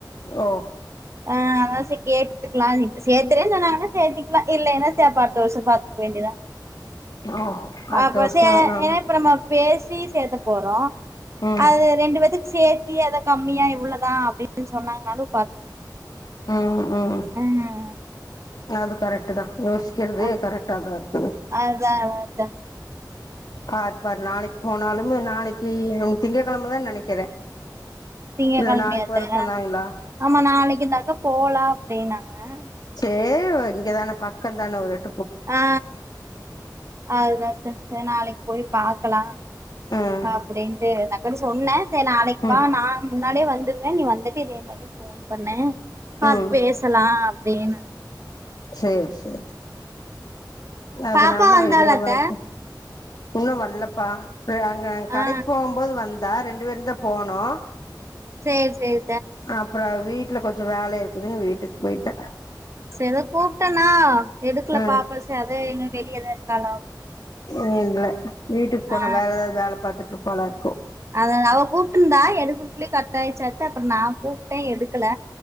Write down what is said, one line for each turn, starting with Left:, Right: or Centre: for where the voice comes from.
Left: ஓ
Right: ஆ அதா சே கேட்டுக்கிலான்ட்டு சேத்துறேன்னு சொன்னாங்கன்னா சேத்திக்குவே இல்லேன்னா சேர் அப்ப அடுத்தவருஷோ பாத் துக்க வேண்டிதா
Left: ஓ அடுத்த
Right: அப்ப
Left: வருஷோ
Right: சே
Left: ஆமா
Right: ஏப்பறமா பேசி சேத்த போறோ
Left: ம்
Right: அது ரெண்டு பேத்துக்கு சேத் டீ எதோ கம்மியா இவ்ளதா அப்டின்னு சொன்னாங்கன்னாலு
Left: ம் ம்
Right: ம்
Left: அது கரெக்ட் தா யோசிக்கிறது
Right: அ
Left: கரெக்டா தா இருக்கு
Right: அதா அதா
Left: பார் பாரு நாளைக்கி போனாலும் நாளைக்கி உன் திங்ககெழமதா நெனைக்கிறே
Right: திங்ககெழமயாத்தா
Left: இல்ல நாளைக்கு வர சொன்னாங்களா
Right: ஆமா நாளைக்கி இந்த அக்கா போலா அப்டின்னாங்க ஆ
Left: ஏய்வு இங்கதான பக்கோ தான ஒரு எட்
Right: ஆ அதுதாத் தத்த நாளைக்கி பொய் பாக்கலா
Left: ம்
Right: அப்டின்ட்டு அந்த அக்காட்ட சொன்னே செரி நாளைக்கி
Left: ம்
Right: வா நா முன்னாடியே வந் வந்துருவே நீ வந்துட்டு இதே மாரியே ஃபோன் பண்ணு பாத்து
Left: ம்
Right: பேசலா அப்டின்னாங்க
Left: சேர் சேர் அது
Right: பாப்பா
Left: நல்ல
Right: வந்தாளாத்த
Left: ஐடியாவா இருக்கு இன்னு வல்லப்பா இது அங்க நாங்க
Right: ஆ
Left: கடக்கி போம்போது வந்தா ரெண்டு பேருந்தா போனோ
Right: சேர் சேரி
Left: அப்பறோ அவ வீட்ல கொஞ்சோ வேல இருக்குதுன்னு வீட்டுக்கு போயிட்டா
Right: சே ஏதோ கூப்ட்டேன்னா எடுக்கல
Left: ம்
Right: பாப்போ சே அதா எங்க வெளிஏதா இருக்காள
Left: இல்ல வீட்டுக்கு போன
Right: ஆ
Left: வேற ஏதாவது வேல பாத்துட்டு இருப்பாளா இருக்கு
Right: அத அவ கூப்ட்டுருந்தா எடுக்கறக்குள்ளயே கட் ஆயிச்சி அதத்தா அப்பறோ நா கூப்ட்டே எடுக்கல